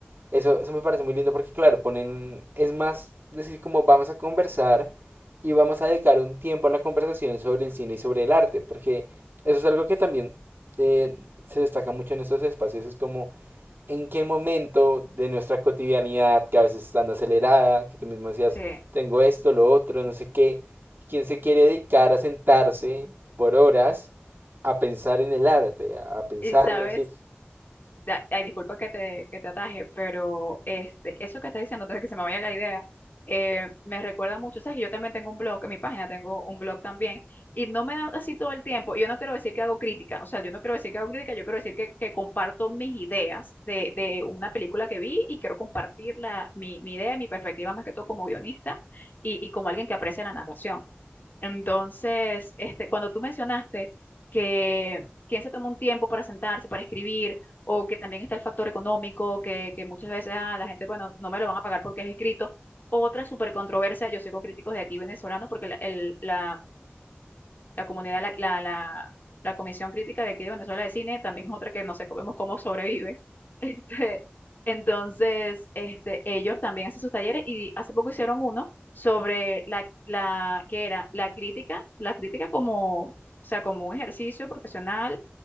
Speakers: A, on the right; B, on the left.
A: eso, eso me parece muy lindo porque claro, ponen, es más decir como vamos a conversar y vamos a dedicar un tiempo a la conversación sobre el cine y sobre el arte, porque eso es algo que también eh, se destaca mucho en estos espacios, es como en qué momento de nuestra cotidianidad, que a veces es tan acelerada, que tú mismo decías,
B: Sí.
A: tengo esto, lo otro, no sé qué, quién se quiere dedicar a sentarse por horas a pensar en el arte, a pensarlo,
B: Y sabes,
A: es decir,
B: da- ay, disculpa que te, que te ataje, pero este, eso que estás diciendo, antes de que se me vaya la idea, eh, me recuerda mucho, ¿sabes? que Yo también tengo un blog, en mi página tengo un blog también, y no me da así todo el tiempo, y yo no quiero decir que hago crítica, o sea, yo no quiero decir que hago crítica, yo quiero decir que, que comparto mis ideas de, de una película que vi y quiero compartir la, mi, mi idea y mi perspectiva más que todo como guionista y, y como alguien que aprecia la narración. Entonces, este, cuando tú mencionaste que quien se toma un tiempo para sentarse, para escribir, o que también está el factor económico, que, que muchas veces ah, la gente, bueno, no me lo van a pagar porque es escrito. Otra súper controversia, yo sigo críticos de aquí venezolanos porque la, el- la- la comunidad, la, la, la- la Comisión Crítica de aquí de Venezuela de Cine, también es otra que no sé cómo, cómo sobrevive. <laughs> Este, entonces, este, ellos también hacen sus talleres y hace poco hicieron uno sobre la, la, que era la crítica, la crítica como, o sea, como un ejercicio profesional